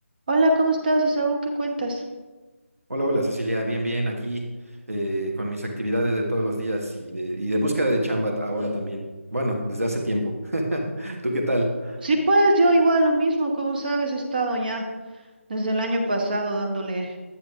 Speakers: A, on the right; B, on the right.
A: Hola, ¿cómo estás, Isaú? ¿Qué cuentas?
B: Hola, hola Cecilia, bien, bien, aquí eh, con mis actividades de todos los días y de, y de búsqueda de chamba ahora también. Bueno, desde hace tiempo. <laughs> ¿Tú qué tal?
A: Sí, pues yo igual lo mismo, como sabes, he estado ya desde el año pasado dándole